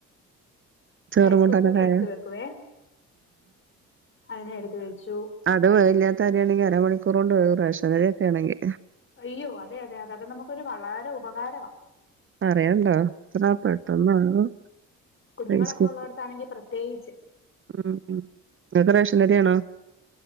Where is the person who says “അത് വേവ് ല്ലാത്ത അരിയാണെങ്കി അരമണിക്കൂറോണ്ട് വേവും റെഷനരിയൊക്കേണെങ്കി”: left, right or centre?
Right